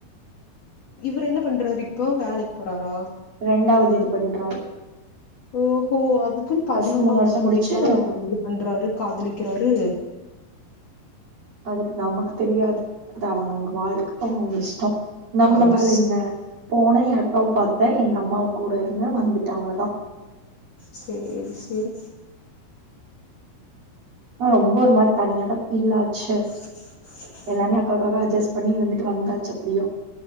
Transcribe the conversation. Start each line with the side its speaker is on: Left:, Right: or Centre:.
Left: இவரு என்ன பண்றாரு இப்போ வேலைக் போறாரா
Right: இரண்டாவது இது பண்றாரு
Left: ஓஹோ அதுக்குன் பதினொன்னாவது
Right: ஃபர்ஸ்ட் மூணு வருஷ
Left: புள்ளைவா
Right: முடிச்சு
Left: இது பண்றாரு காதலிக்கறாரு
Right: அதுக் நமக்கு தெரியாது அது அவங்க அவங்க வாழ்க்க அவுங்க அவுங்க இஷ்டோ நம்ம
Left: அது
Right: வேல என்ன போனே எ அக்காவ பாத்த எங்க அம்மாவு கூட இருந்த வந்துட்ட அவ்ளதா
Left: சேரி சேரி
Right: ஆ ரொம்ப ஒரு மாரி தனியா தா ஃபீல் ஆச்சு
Left: <inaudible>
Right: எல்லாமே அக்காக்காக அஜ்ஜஸ் பண்ணி இருந்துட்டு வந்தாச்சி எப்டியோ